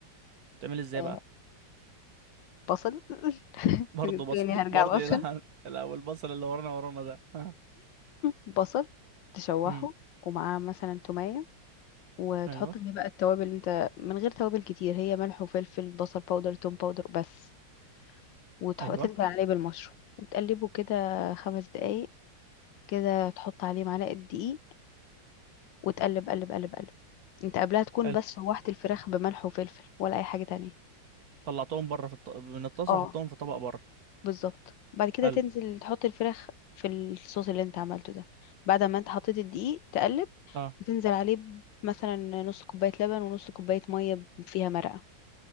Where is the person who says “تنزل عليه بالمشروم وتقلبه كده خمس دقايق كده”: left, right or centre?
Left